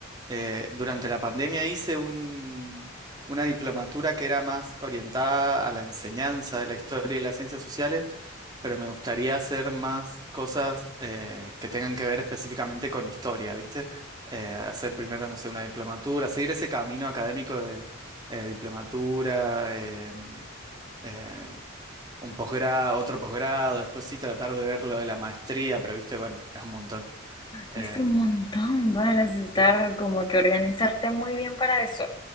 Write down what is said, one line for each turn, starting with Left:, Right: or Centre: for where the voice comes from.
Right: Eh, durante la pandemia hice un- una diplomatura que era más orientada a la enseñanza de la historia y las ciencias sociales, pero me gustaría hacer más cosas eh, que tengan que ver específicamente con historia, ¿viste? Eh, hacer primero, no sé, una diplomatura, seguir ese camino académico de eh, diplomatura. eh, eh, un posgrado, otro posgrado, después sí tratar de ver lo de la maestría, pero viste, bueno, es un montón. Eh,
Left: Es un montón, vas a necesitar
Right: Sí.
Left: como que organizarte muy bien para eso.